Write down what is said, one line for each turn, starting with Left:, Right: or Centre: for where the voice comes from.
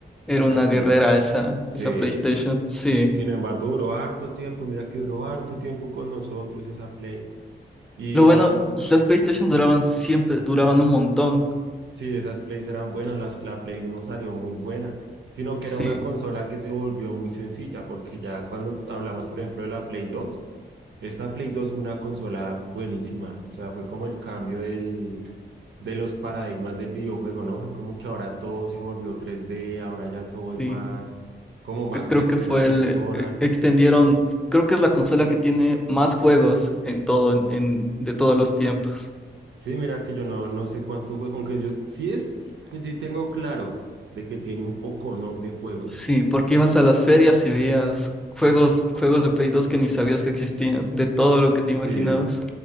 Centre: era
Right: la
Centre: una
Right: primera.
Centre: guerrera
Right: vez.
Centre: esa,
Right: Sí.
Centre: esa PlayStation, sí.
Right: Sin embargo, duró harto tiempo, mira que duró harto tiempo con nosotros esa Play. Y
Centre: Lo bueno,
Right: a la,
Centre: las PlayStation duraban siempre, duraban un montón,
Right: Sí, esas plays eran buenas, las, la Play uno salió muy buena, sino que
Centre: sí,
Right: era una consola que se volvió muy sencilla, porque ya cuando hablamos, por ejemplo, de la Play dos esta Play 2 fue una consola buenísima, o sea, fue como el cambio del, de los paradigmas del videojuego, ¿no? Fue como que ahora todo se volvió 3D, ahora ya todo es
Centre: sí.
Right: más, como más
Centre: eh, creo
Right: tercera
Centre: que fue
Right: persona.
Centre: el, eh, extendieron, creo que es la consola que tiene más juegos en todo, en, en- de todos los tiempos.
Right: Sí, mira que yo no, no sé cuántos juegos, aunque yo sí es, sí tengo claro de que tiene un poco, ¿no? de juegos.
Centre: Sí, porque ibas a las ferias y veías juegos, juegos de Play 2 que ni sabías que existían, de todo lo que te imaginabas.
Right: Sí,